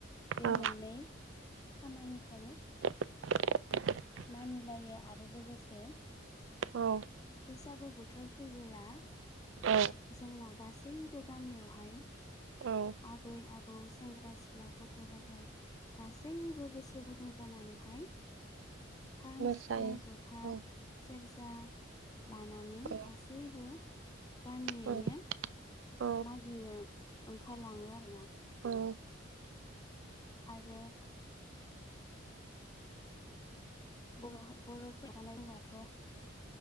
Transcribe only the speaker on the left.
बे
मोननै खामानिखौ
मानि लायो आरो लोगोसे
बैसागु बो बोथोर फैबोला
जोंना गासैबो गामियावहाय
आबै आबौ सेंग्रा सिख्ला गथ' गाहाय गासैबो गोसो गुदुं जाना नैहाय
खाम,
सिफुं, जथा,
सेरजा लानानै
गासैबो गामियैनो
मागिनो ओंखारलाङो आरो ना।
आरो बर बर'खौ जानाय बाथ'